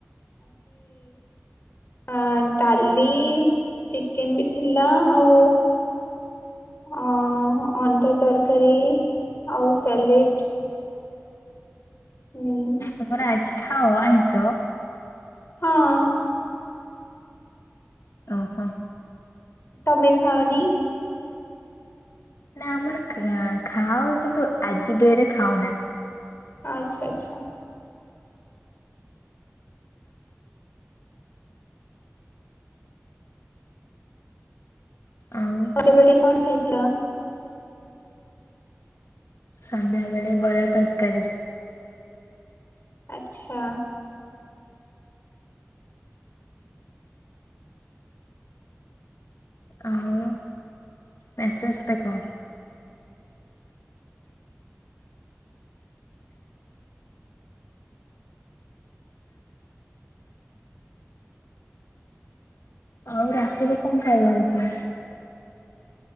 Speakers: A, on the left (about 50°); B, on the left (about 80°).
A: ଆ ଡାଲି, ଚିକେନ୍ ବି ଥିଲା ଆଉ ଅ ଅଣ୍ଡା ତରକାରୀ ଆଉ ସାଲେଟ୍। ଉଁ
B: ତମର ଆଜି ଖାଅ ଆଇଁଷ?
A: ହଁ।
B: ଓହୋ।
A: ତମେ ଖାଅନି?
B: ନା ଆମର ଖା ଖାଉ କିନ୍ତୁ ଆଜି ଡେ ରେ ଖାଉନା।
A: ଆଚ୍ଛା-ଆଚ୍ଛା।
B: ଆଉ
A: <unintelligible> କଣ ଖାଇଥିଲ?
B: ସନ୍ଧ୍ୟାବେଳେ ବରା, ତରକାରୀ।
A: ଆଚ୍ଛା।
B: ଆଉ ମେସେଜ୍ ଦେଖ ଆଉ ରାତିରେ କଣ ଖାଇବା ହେଇଚି?